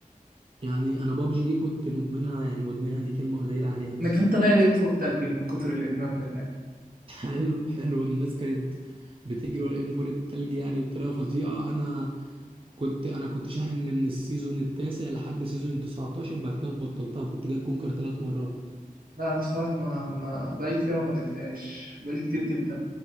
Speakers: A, on the right (about 40°); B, on the right (about 80°).
A: يعني انا بابجي دي كنت مدمنها يعني مدمنها دي كلمه قليله
B: انا
A: عليها مثلا
B: أنا كان طالع لي ام 4 تلج من كتر الادمان بتاعي
A: <laughs> حلو حلو ان الناس كانت بتجري ورا الام 4 التلج يعني بطريقه فظيعه انا كنت انا كنت شاحن من السيزون التاسع لحد سيزون 19 بعد كده بطلتها وكنت جايب كونكر ثلاث مرات
B: لا انا الصراحه ما ما بقالي كتير أوي ما لعبتهاش بقالي كتير جدا